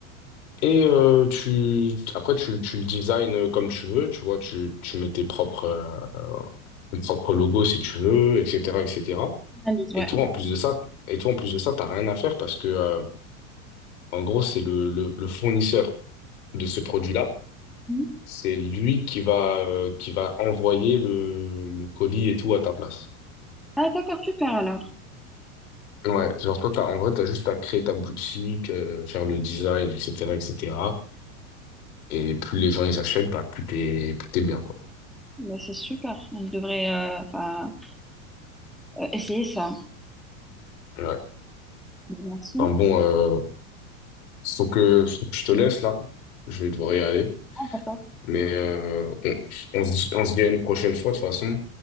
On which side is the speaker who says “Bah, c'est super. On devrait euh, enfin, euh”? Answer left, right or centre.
Centre